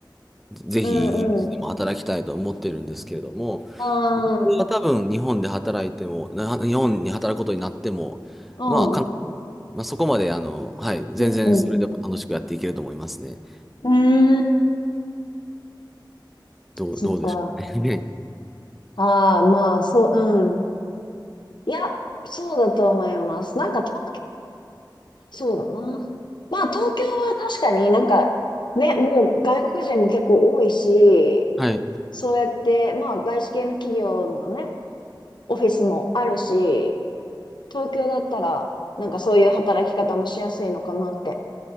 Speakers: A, in the centre; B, on the left.
A: ぜひイギリスでも働きたいと思ってるんですけれども、
B: うん、うん。うーん、
A: 僕は多分日本で働いても、な日本に働くことになっても、
B: うん、
A: まあ、かなまあ、そこまで、あの、はい、全然それでも楽しくやっていけると思いますね。
B: うん。うーん。
A: どう、
B: そっか。
A: どうでしょうかね。<laughs> ね
B: ああ、まあ、そう、うん。いや、そうだと思います。なんか東そうだな。まあ、東京は確かになんか、ね、もう外国人も結構多いし、
A: はい。
B: そうやって、まあ、外資系の企業のね、オフィスもあるし、東京だったら、なんかそういう働き方もしやすいのかなって